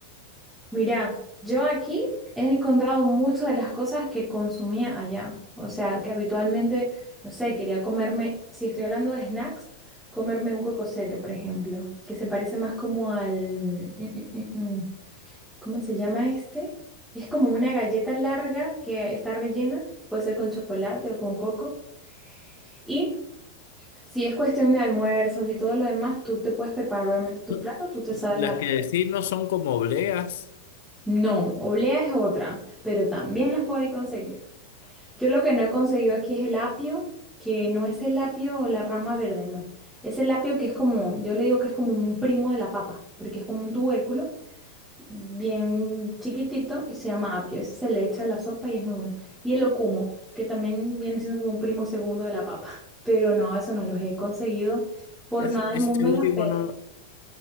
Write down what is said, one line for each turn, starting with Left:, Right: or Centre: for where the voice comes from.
Centre: Mira, yo aquí he encontrado muchas de las cosas que consumía allá. O sea, que habitualmente, no sé, quería comerme, si estoy hablando de snacks, comerme un cocosete, por ejemplo, que se parece más como al... mm, mm, mm, mm. ¿Cómo se llama este? Es como una galleta larga que está rellena, puede ser con chocolate o con coco. Y Si es cuestión de almuerzos y todo lo demás, tú te puedes preparar obviamente tus
Left: No,
Centre: platos, tú te sabes
Left: Las
Centre: la...
Left: que decís no son como obleas.
Centre: No, oblea es otra, pero también las podéis conseguir. Yo lo que no he conseguido aquí es el apio, que no es el apio o la rama verde, no. Es el apio que es como, yo le digo que es como un primo de la papa, porque es como un tubérculo bien chiquitito y se llama apio. Ese se le echa a la sopa y es muy bueno. Y el ocumo, que también viene siendo como un primo segundo de la papa, <laughs> pero no, eso no los he conseguido por
Left: Ese,
Centre: nada del
Left: ese
Centre: mundo en
Left: último
Centre: la feria.
Left: no,